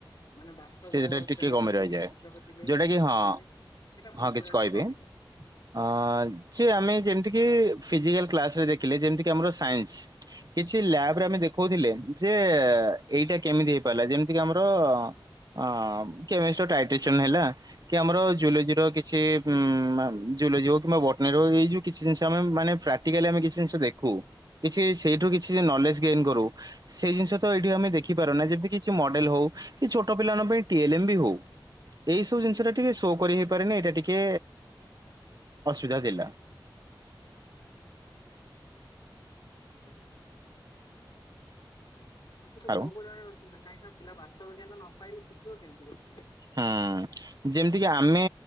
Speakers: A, on the left; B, on the right.
A: ମାନେ ବାସ୍ତବ
B: ସେ ସେଟା ଟିକେ
A: ଶ୍ରେଣୀ
B: କମି
A: କୋଠରୀ
B: ରହିଯାଏ।
A: ଶିକ୍ଷକ ଥିବେ
B: ଯୋଉଟା
A: ଶିକ୍ଷାର୍ଥୀ
B: କି ହଁ
A: ଥିବେ ସେଇଟା ବହୁ
B: ହଁ କିଛି
A: ପରିମାଣରେ
B: କହିବି।
A: କମିଯାଏ।
B: ଅ ସେ
A: ହଁ
B: ଆମେ
A: ନିଶ୍ଚୟ।
B: ଯେମିତିକି ଫିଜିକାଲ୍ କ୍ଲାସ୍ ରେ ଦେଖିଲେ ଯେମିତିକି ଆମର ସାଇନ୍ସ। କିଛି ଲ୍ୟାବ୍ ରେ ଆମେ ଦେଖଉଥିଲେ, ଯେ ଏଇଟା କେମିତି ହେଇପାରିଲା ଯେମିତି କି ଆମର ଅଁ କେମେଷ୍ଟ୍ରି ର ଟାଇଟେସନ୍ ହେଲା କି ଆମର ଜୁଲୋଜି ର କିଛି ମା ଜୁଲୋଜି ହଉ କିମ୍ବା ବଟିନର ହଉ, ଏଇ ଯଉ କିଛି ଜିନିଷ ଆମେ ମାନେ ପ୍ରାକ୍ଟିକାଲି ଆମେ କିଛି ଜିନିଷ ଦେଖୁ। କିଛି ସେଇଠୁ କିଛି ନଲେଜ୍ ଗେନ୍ କରୁ। ସେଇ ଜିନିଷ ତ ଏଇଠି ଆମେ ଦେଖିପାରୁନା। ଯେମିତି କିଛି ମଡେଲ୍ ହଉ କି ଛୋଟ ପିଲା ମାନଙ୍କ ପାଇଁ ଟିଏ ଏଲ୍ ଏମ୍ ବି ହଉ। ଏଇ ସବୁ ଜିନିଷ ଟା ଟିକେ ଶୋ କରି ହେଇପାରେନି, ଏଇଟା ଟିକେ ଅସୁବିଧା ଦେଲା।
A: <unintelligible> ଆ ସେ ତ
B: ଆଉ
A: ବହୁରିମାଣରେ ଅସୁବିଧା। କାହିଁକି ନା ପିଲା ବାସ୍ତବ ଜ୍ଞାନ ନ ପାଇଲେ ଶିଖିବ କେମତି ଗୋଟେ ପିଲା।
B: ହୁଁ। ଯେମିତିକି ଆମେ